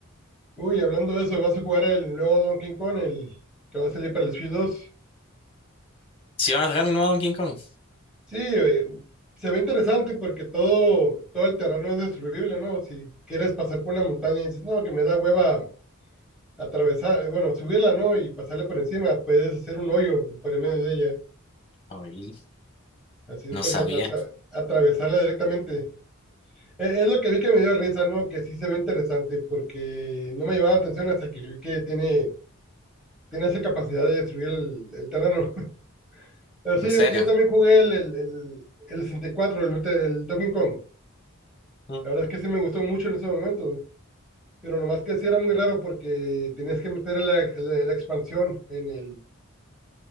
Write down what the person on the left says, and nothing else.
¿Sí van a sacar un nuevo Donkey Kong?
Ay,
no
sabía.
¿En
serio?
Ujú.